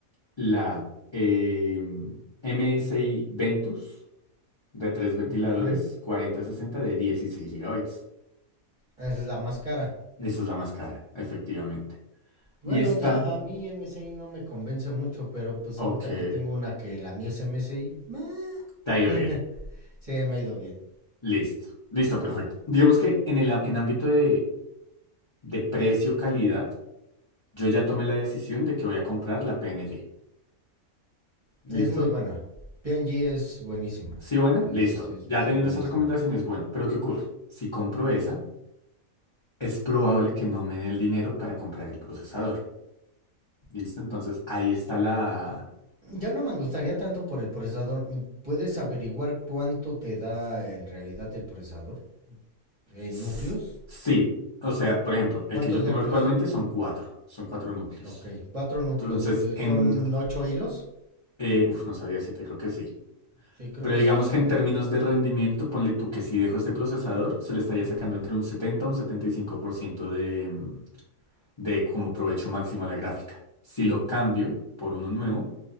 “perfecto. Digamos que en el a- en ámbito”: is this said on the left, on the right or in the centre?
Left